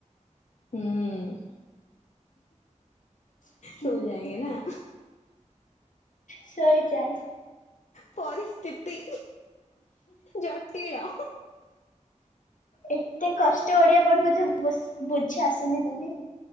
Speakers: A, on the left (about 65°); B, on the left (about 85°).
A: ହଁ
B: ଶୋଇଯାଏ
A: ସୋଯାଏଙ୍ଗେ ନା।
B: ଶୋଇଯାଏ।
A: ପରିସ୍ଥିତି ଜଟିଳ।
B: ଏତେ କଷ୍ଟ ଓଡିଆ ପଡିବ ମତେ ବୁଝି ଆସୁନି ଦିଦି।